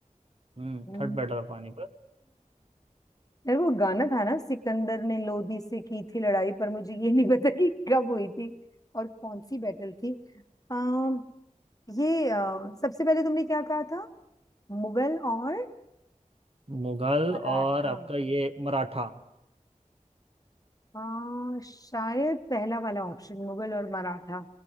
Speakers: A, on the right (about 45°); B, on the left (about 25°).
A: हम्म
B: हम्म।
A: Third battle of Panipat
B: यार वो गाना था ना सिकंदर ने लोदी से की थी लड़ाई पर मुझे ये नहीं पता कि कब हुई थी और कौन सी बैटल थी अम ये अ, सबसे पहले तुमने क्या कहा था मुगल और
A: Mughal
B: मराठा
A: और आपका ये मराठा
B: अ, शायद पहला वाला ऑप्शन मुगल और मराठा